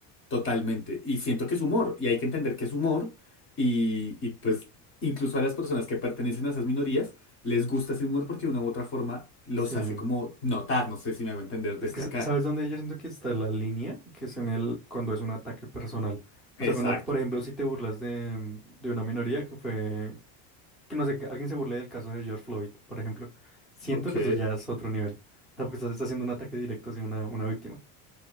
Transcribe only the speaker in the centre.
Sí.
Es que, ¿sabes dónde yo siento que está la línea? Que es en el, cuando es un ataque personal.
O sea, cuando, por ejemplo, si te burlas de, de una minoría que fue, que no sé, que alguien se burle del caso de George Floyd, por ejemplo. Siento
que eso ya es otro nivel. O sea, porque estás, estás haciendo un ataque directo hacia una, una víctima.